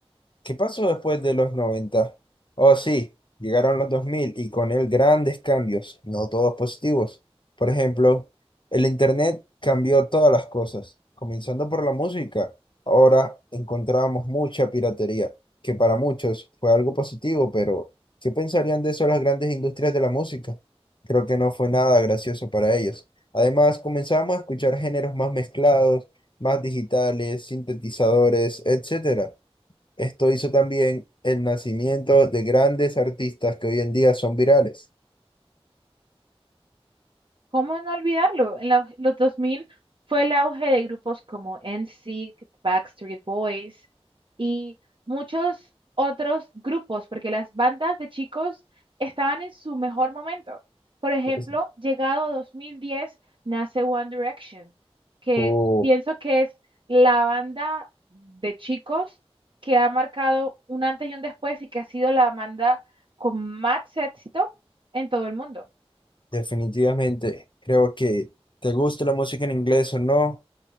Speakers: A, on the left; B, on the right.
A: ¿Qué pasó después de los 90? Oh, sí, llegaron los 2000 y con él grandes cambios, no todos positivos. Por ejemplo, el Internet cambió todas las cosas, comenzando por la música. Ahora encontramos mucha piratería, que para muchos fue algo positivo, pero ¿qué pensarían de eso las grandes industrias de la música? Creo que no fue nada gracioso para ellos. Además, comenzamos a escuchar géneros más mezclados, más digitales, sintetizadores, etcétera. Esto hizo también el nacimiento de grandes artistas que hoy en día son virales.
B: ¿Cómo no olvidarlo? En la- los 2000 fue el auge de grupos como N. NSYNC, Backstreet Boys y muchos otros grupos, porque las bandas de chicos estaban en su mejor momento. Por ejemplo,
A: Es-
B: llegado 2010 nace One Direction, que
A: o
B: pienso que es la banda de chicos que ha marcado un antes y un después y que ha sido la banda con más éxito en todo el mundo.
A: definitivamente, creo que te gusta la música en inglés o no,